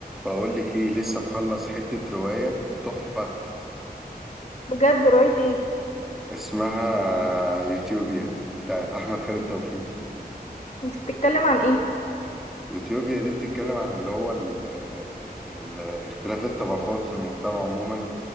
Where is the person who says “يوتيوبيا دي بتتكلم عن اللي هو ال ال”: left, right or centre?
Centre